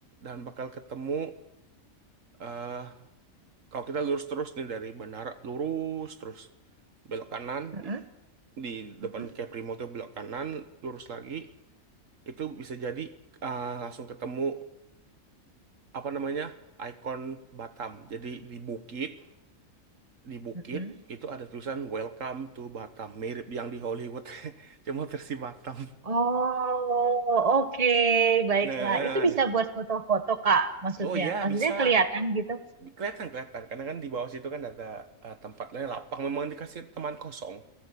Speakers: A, on the right; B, on the right.
A: dan bakal ketemu eh kalau kita lurus terus nih dari bandara lurus terus belok kanan
B: mm-mm,
A: di
B: mm-mm,
A: depan Capri Mall tuh belok kanan lurus lagi itu bisa jadi ah, langsung ketemu apa namanya ikon Batam jadi di bukit di bukit
B: mm-mm.
A: itu ada tulisan Welcome to Batam mirip yang di Hollywood <laughs> cuma versi Batam
B: Oh, oke. Baiklah.
A: nah
B: Itu
A: nah.
B: bisa buat foto-foto, Kak, maksudnya.
A: oh ya
B: Maksudnya
A: bisa
B: kelihatan gitu.
A: Ya, kelihatan kelihatan karena kan di bawah situ kan ada eh, tempatnya lapang memang dikasih teman kosong